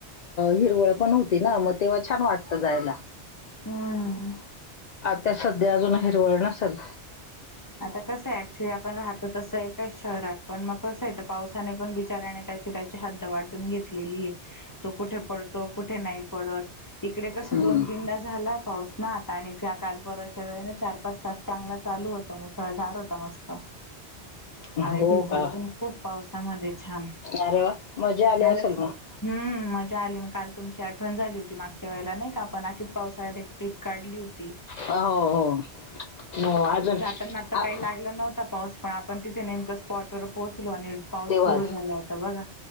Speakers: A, on the left; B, on the left.
A: हिरवळ पण होती ना मग तेव्हा छान वाटतं जायला
B: हम्म
A: ता सध्या अजून हिरवळ नसेल
B: आता कसं आहे ऍक्च्युली आपण राहतो तसं शहरात पण मग कसंय त पावसाने पण बिचाऱ्याने त्याची त्याची हद्द वाटून घेतलेलीये, तो कुठे पडतो, कुठे नाही पडत इकडे कस
A: हम्म.
B: दोन तीनदा झाला पाऊस ना आणि त्या काल परर्वाच्या वेळेना चार पाच तास चांगला चालू होत मुसळधार होता मस्त आम्ही
A: हो
B: भिजलो
A: का
B: पण खूप पावसामध्ये छान
A: अरे वा मजा आली
B: झालच
A: असेल मग
B: हम्म मजा आली मग काल तुमची आठवण झाली होती मागच्या वेळेला नाही का आपण अशीच पावसाळ्यात एक ट्रीप काढली होती.
A: हो हो हो अजून
B: त्यांना त
A: आ-
B: काही लागला नव्हता पाऊस पण आपण तिथे नेमकं स्पॉटवर पोहोच आणि पाऊस
A: तेव्हा
B: सुरू झाला होता बघा.